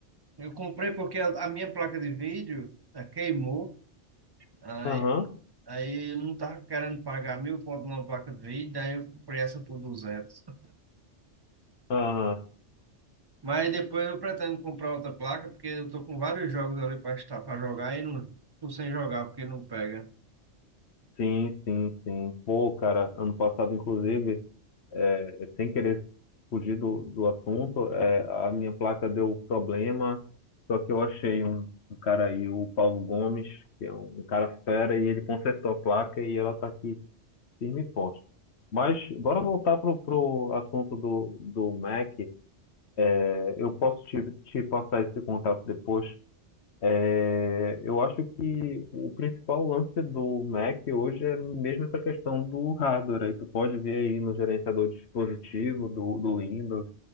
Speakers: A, on the right; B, on the left.
A: Eu comprei porque a, a minha placa de vídeo ah, queimou, aí,
B: aham,
A: aí eu não tava querendo pagar mil conto numa placa de vídeo, daí eu comprei essa por duzentos
B: aham.
A: Mas depois eu pretendo comprar outra placa, porque eu tô com vários jogos ali para estar para jogar e não tô sem jogar porque não pega.
B: Sim, sim, sim. Pô, cara, ano passado, inclusive, é, é, sem querer fugir do, do assunto, é, a minha placa deu problema, só que eu achei um, um cara aí, o Paulo Gomes, que é um, um cara fera, e ele consertou a placa e ela tá aqui firme e forte. Mas bora voltar pro, pro assunto do, do Mac. É, Eu posso te, te passar esse contato depois, é, eu acho que o principal lance do Mac hoje é mesmo essa questão do hardware. Aí tu pode ver aí no gerenciador de dispositivo do, do Windows